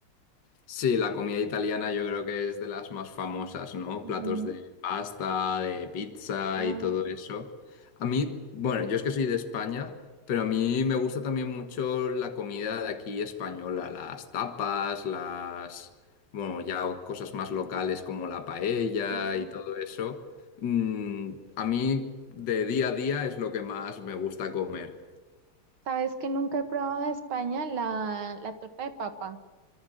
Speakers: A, on the left (about 55°); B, on the right (about 70°).
A: Sí, la comida italiana yo creo que es de las más famosas, ¿no?
B: Ujú.
A: Platos de pasta, de pizza
B: Ah,
A: y todo eso. A mí, bueno, yo es que soy de España, pero a mí me gusta también mucho la comida de aquí española, las tapas, las, bueno, ya cosas más locales como la paella
B: ok.
A: y todo eso. Mm, a mí de día a día es lo que más me gusta comer.
B: ¿Sabes que nunca he probado de España la, la torta de papa?